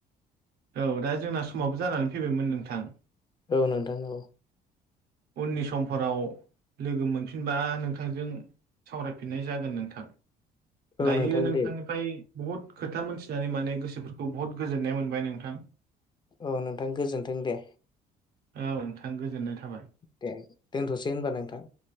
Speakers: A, on the right; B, on the left.
A: औ दा जोंना समावबो जानानै फैबायमोन नोंथां
B: औ नोंथां औ
A: उननि समफोराव लोगो मोनफिनगोन फिनबा नोंथांजों सावरायफिननाय जागोन नोंथां
B: औ
A: दायो
B: नोंथां
A: नोंथांनिफ्राय
B: दे
A: बुहुत खोथा मोनथिनानै माने गोसोफोरखौ बहुत गोजोननाय मोनबाय नोंथां
B: औ नोंथां गोजोन्थों दे
A: औ नोंथां गोजोननाय थाबाय।
B: दे दोनथ'सै होमबा नोंथां।